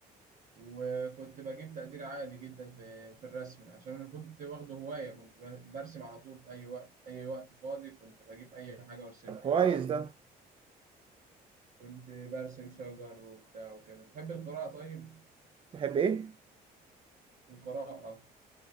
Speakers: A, on the right; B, on the right.
A: وكنت بجيب تقدير عالي جدا في في الرسم عشان أنا كنت واخده هواية كنت ب- برسم على طول في أي وقت أي وقت فاضي كنت بجيب أي حاجة وأرسمها
B: طب كويس
A: يعني
B: ده
A: كنت برسم شجر وبتاع وكده بتحب القراءة طيب؟
B: بحب ايه
A: القراءة